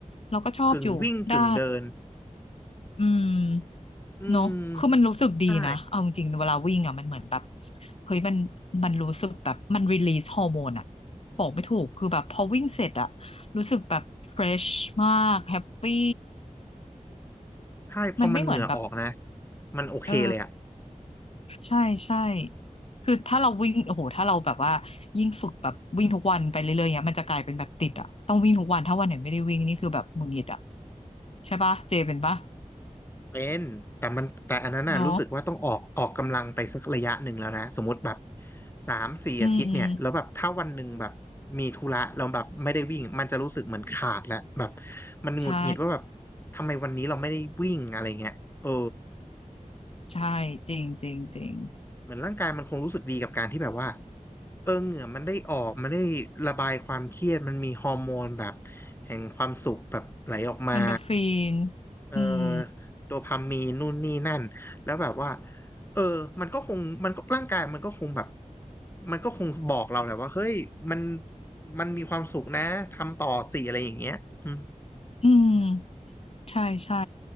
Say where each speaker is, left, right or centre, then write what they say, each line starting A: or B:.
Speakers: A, on the left (about 50°); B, on the left (about 15°).
A: เราก็ชอบอยู่ได้
B: กึ่งวิ่งกึ่งเดิน
A: อืม
B: อืม
A: เนาะคือมันรู้สึกดีนะเอาจริงๆเวลาวิ่งอ่ะมันเหมือนแบบ
B: ใช่
A: เฮ้ยมันมันรู้สึกแบบมันรีลีสฮอร์โมนอ่ะบอกไม่ถูก คือแบบพอวิ่งเสร็จอ่ะรู้สึกแบบเฟรชมากแฮปปี้
B: ใช่พอมันเหงื่อออกนะ
A: มันไม่เหมือนแบบ
B: มันโอเคเลยอ่ะ
A: เออใช่ใช่คือถ้าเราวิ่งโอ้โหถ้าเราแบบว่ายิ่งฝึกแบบวิ่งทุกวันไปเรื่อยๆเนี้ยมันจะกลายเป็นแบบติดอ่ะต้องวิ่งทุกวันถ้าวันไหนไม่ได้วิ่งนี่คือแบบหงุดหงิดอ่ะใช่ปะเจเป็นปะ
B: เป็นแต่มันแต่อันนั้นน่ะรู้สึกว่าต้องออกออกกำลังไปสักระยะหนึ่งแล้วนะสมมติแบบ
A: เนอะ
B: สามสี่อาทิตย์เนี่ยแล้วแบบถ้าวันหนึ่งแบบมีธุระเราแล้วแบบไม่ได้วิ่งมันจะรู้สึกเหมือนขาดแล้วแบบ
A: อืมอืม
B: มันหงุดหงิดว่าแบบ
A: ใช่
B: ทำไมวันนี้เราไม่ได้วิ่งอะไรเงี้ยเออ
A: ใช่จริงจริงจริง
B: เหมือนร่างกายมันคงรู้สึกดีกับการที่แบบว่าเออเหงื่อมันได้ออกมันได้ระบายความเครียดมันมีฮอร์โมนแบบแห่งความสุขแบบไหลออกมา
A: เอนโดฟิน
B: เออ
A: อืม
B: โดพามีนนู่นนี่นั่นแล้วแบบว่าเออมันก็คงมันก็ร่างกายมันก็คงแบบมันก็คงบอกเราแหละว่าเฮ้ยมันมันมีความสุขนะทำต่อสิอะไรอย่างเงี้ยอืม
A: อืม ใช่ใช่